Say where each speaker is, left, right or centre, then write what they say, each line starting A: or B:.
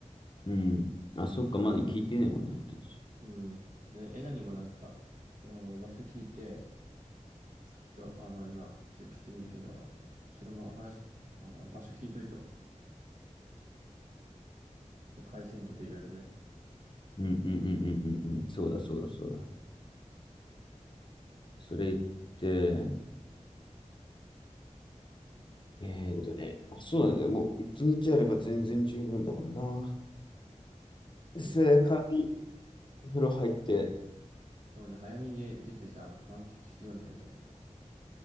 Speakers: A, on the left (about 40°); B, on the right (about 80°).
A: うん。あ、そっか、まだ聞いてないもんな、私。
B: うん。で、エナにもなんか、その場所聞いて、ちょっと、あの、今、チェックしてみるけど、ちょっとそれも話、あの、場所聞いといてわ回線とかいろいろね。
A: うん、うん、うん、うん、うんうん。そうだ、そうだ、そうだ。それ言って、えーっとね、まあ、そうなんだよ。もう、一日あれば全然十分だもんな。それで、
B: いや、
A: 帰り、風呂入って、
B: そうね、早めに出てさ、満喫しようぜ、みたいな。